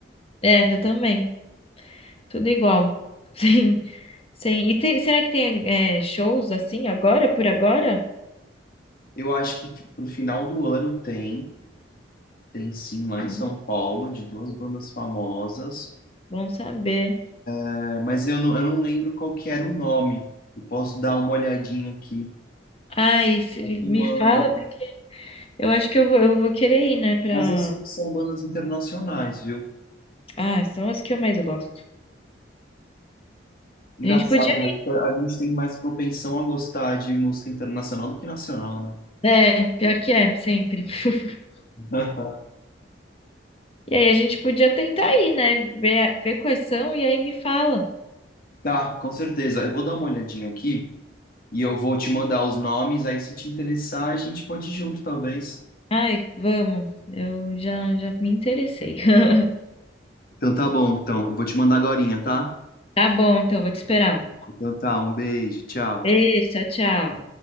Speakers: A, on the left; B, on the left.
A: É, eu também. Tudo igual. <laughs> Sim, sim. E tem- será que tem é, shows assim agora, por agora?
B: Eu acho que fi- pro final do ano tem, tem sim lá em
A: Hum,
B: São Paulo, de duas bandas famosas,
A: Bom saber.
B: É, mas eu não, eu não lembro qual que era o nome. Eu posso dar uma olhadinha aqui.
A: Ai, se
B: E
A: me
B: mando.
A: fala, porque eu acho que eu vou, eu vou querer ir, né, pra...
B: Mas eu sei que são bandas internacionais, viu?
A: Ah, são as que eu mais gosto.
B: Engraçado,
A: A gente podia
B: né? Porque A gente tem mais propensão a gostar de música internacional do que nacional, né?
A: É, pior que é, sempre. <laughs>
B: <laughs>
A: E aí a gente podia tentar ir, né? Ver, ver quais são e aí me fala.
B: Tá, com certeza. Eu vou dar uma olhadinha aqui. E eu vou te mandar os nomes, aí se te interessar, a gente pode ir junto, talvez.
A: Ai, vamos. Eu já, já me interessei. <laughs>
B: Então tá bom, então. Eu vou te mandar agorinha, tá?
A: Tá bom, então, vou te esperar.
B: Então tá, um beijo, tchau.
A: Beijo, tchau, tchau.